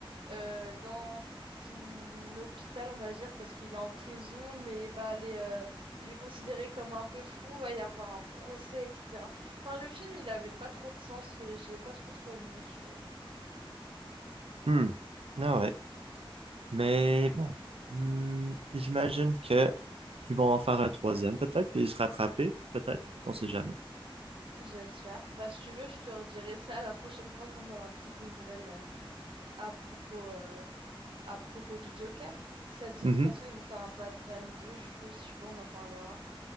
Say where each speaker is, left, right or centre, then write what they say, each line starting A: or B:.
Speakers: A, on the right (about 65°); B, on the right (about 85°).
A: euh, dans son hôpital, on va dire, parce qu'il est en prison, mais il va aller, euh, il est considéré comme un peu fou, va y avoir un procès, etc. Enfin, le film, il avait pas trop de sens, euh, j'ai pas trop trop aimé, je trouve.
B: Hmm. Ah ouais. Mais bon. Hmm, J'imagine que ils vont en faire un troisième, peut-être, puis ils se rattraper, peut-être. On sait jamais.
A: J'espère. Bah, si tu veux, je te redirai ça la prochaine fois qu'on aura plus de nouvelles euh, à propos, euh, à propos du Joker. Ça te dit,
B: Mhm.
A: de toute façon, ils vont faire un Batman 2, du coup, si tu veux, on en parlera.